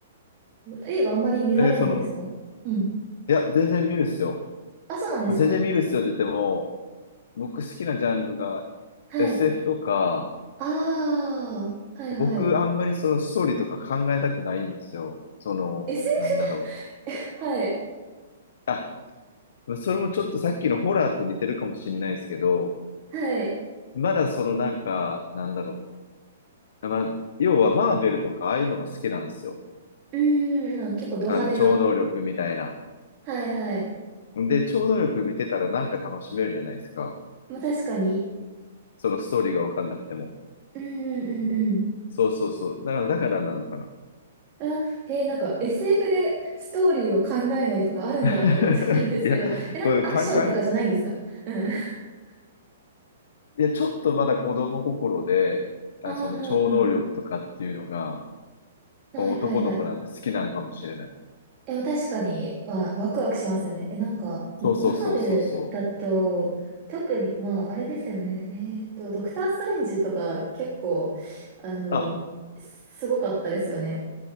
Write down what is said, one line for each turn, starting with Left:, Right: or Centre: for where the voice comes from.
Right: 映画あんまり見られないですかうん。
Left: え、その、いや、全然見るっすよ。
Right: あ、そうなんですか
Left: あ全然見るっすよって言っても、僕好きなジャンルが
Right: はい。
Left: SF とか、
Right: ああ、はいはい。
Left: 僕あんまりそのストーリーとか考えたくないんですよ。その、
Right: SF?
Left: なんだろ
Right: <laughs> はい。
Left: う。あ、それもちょっとさっきのホラーと似てるかもしれないですけど、
Right: はい。
Left: まだそのなんか、なんだろう。まあ、要はマーベルとかああいうのが好きなんですよ。
Right: うーん、なんか結構ド派手な。
Left: あの、超能力みたいな。
Right: はいはい。
Left: で、超能力見てたらなんか楽しめるじゃないですか。
Right: まあ確かに。
Left: そのストーリーがわかんなくても。
Right: うんうんうんうん。
Left: そうそうそう。だから、だからなのかな。
Right: あ、へえ、なんか SF でストーリーを考えないとかあるんだって思っちゃったんですけど、
Left: <laughs> いや、
Right: え、なんかアクションとかじゃないんですかうん。
Left: これ、カンカン、
Right: <laughs>
Left: いや、ちょっとまだ子供心で、あ、
Right: ああ、
Left: その超能力とかっていうのが、
Right: うんうん。はいはいはい。
Left: 男の子なんで好きなのかもしれない。
Right: え、確かに、わ、ワクワクしますよね。え、なんか、
Left: そうそうそうそうそう。
Right: マーベルだと、特に、まあ、あれですよね。えっと、ドクター・ストレンジとか、結構、あの、
Left: あ、
Right: すごかったですよね。